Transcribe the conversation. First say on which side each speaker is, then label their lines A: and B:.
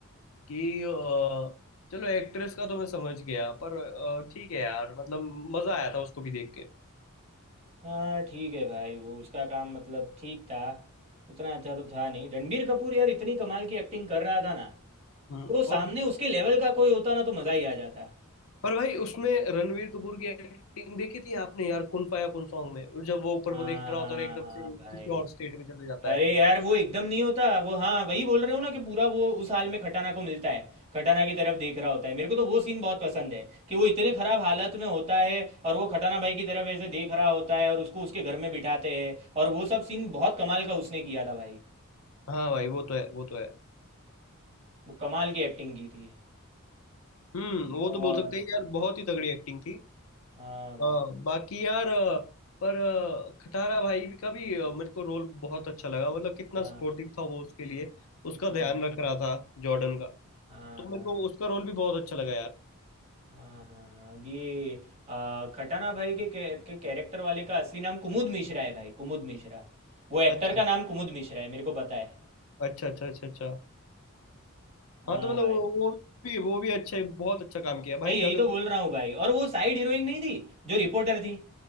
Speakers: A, on the left; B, on the right.
A: कि अ, चलो एक्ट्रेस का तो मैं समझ गया पर अ, ठीक है यार मतलब मजा आया था उसको भी देख के
B: हाँ ठीक है भाई वो उसका काम मतलब ठीक था उतना अच्छा तो था नहीं रणबीर कपूर यार इतनी कमाल की एक्टिंग कर रहा था ना
A: हम्म
B: तो सामने
A: और
B: उसके लेवल का कोई होता ना तो मजा ही आ जाता
A: पर भाई उसमें रणवीर कपूर की एक्टिंग देखी थी आपने यार कुन फाया कुन सॉन्ग में और जब वो ऊपर
B: हाँ
A: को देख रहा
B: हाँ
A: होता है और एकदम
B: हाँ
A: से
B: भाई
A: किसी और स्टेट में चले जाता
B: अरे
A: है वो
B: यार वो एकदम नहीं होता वो हाँ वही बोल रहे हो ना कि पूरा वो उस हाल में खटाना को मिलता है खटाना की तरफ देख रहा होता है मेरे को तो वो सीन बहुत पसंद है कि वो इतने खराब हालत में होता है और वो खटाना भाई की तरफ ऐसे देख रहा होता है और उसको उसके घर में बिठाते हैं और वो सब सीन बहुत कमाल का उसने किया था भाई
A: हाँ भाई वो तो है वो तो है
B: वो कमाल की एक्टिंग की थी
A: हम्म वो
B: और
A: तो बोल सकते हैं यार बहुत ही तगड़ी एक्टिंग थी
B: हाँ भाई
A: हाँ बाकी यार अ, पर अ, खटारा भाई का भी अ, मेरे को रोल बहुत अच्छा लगा मतलब कितना
B: हाँ
A: सपोर्टिव था वो उसके लिए उसका
B: हाँ
A: ध्यान रख रहा था जॉर्डन का
B: हाँ
A: तो
B: हाँ
A: मेरे को उसका रोल भी बहुत अच्छा लगा यार
B: हाँ हाँ हाँ ये आ, खटाना भाई के के, के कैरेक्टर वाले का असली नाम कुमुद मिश्रा है भाई कुमुद मिश्रा वो एक्टर
A: अच्छा
B: का नाम कुमुद मिश्रा है मेरे को पता है
A: अच्छा अच्छा अच्छा अच्छा
B: हाँ
A: हाँ तो मतलब
B: भाई
A: वो, वो भी वो भी अच्छा है बहुत अच्छा काम किया
B: मैं
A: भाई
B: यही
A: अगर
B: तो बोल रहा हूँ भाई और वो साइड हीरोइन नहीं थी जो रिपोर्टर थी